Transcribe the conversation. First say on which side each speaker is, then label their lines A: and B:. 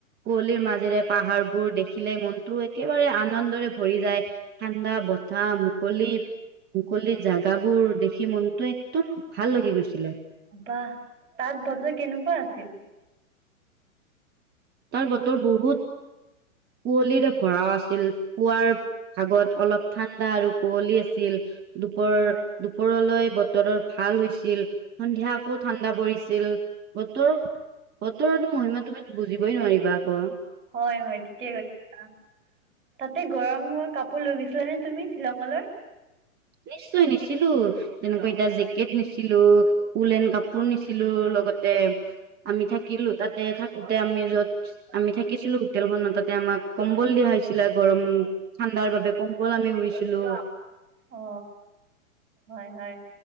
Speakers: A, on the right; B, on the right.
A: কুঁৱলীৰ মাজেৰে এক। পাহাৰ বোৰ দেখিলে মনতটো একেবাৰে আনন্দৰে ভৰি যায় ঠাণ্ডা বতাহ মুকলি মুকলিৰ জাগাবোৰ দেখি মনটো একদম ভাল লাগি গৈছিলে।
B: বাহ তাত বজাৰ কেনেকুৱা আছিল?
A: তাৰ বতৰ বহুত কুঁৱলীৰে ভৰা আছিল পুৱাৰ ভাগত অলপ ঠাণ্ডা আৰু কুঁৱলী আছিল। দুপৰৰ
B: হয়,
A: দুপৰলৈ বতৰৰ। ভাল হৈছিল সন্ধিয়া আকৌ ঠাণ্ডা পৰিছিল বতৰ বতৰতো মহিমা তুমি বুজি, বহ নোৱাৰিবা ক।
B: হয় হয় ঠিকে কৈছা তাতে গৰম হোৱা কাপ। লৈ গৈছিলা নে তুমি শ্বিলঙলৈ।
A: নিশ্চয় নিছিলো যেনেকৈ এতিয়া জেকেট নিছিলো উুলন কাপোৰ নিছিলো লগতে আমি থাকিলো তাতে থাকোতে আমি যত আমি থাকিছিলো হোটেলখনত তাতে আমাক কম্বল দিয়া হৈছিলে গৰম ঠাণ্ডাৰ বাবে কম্বল আমি উৰিছিলো।
B: অ হয় হয়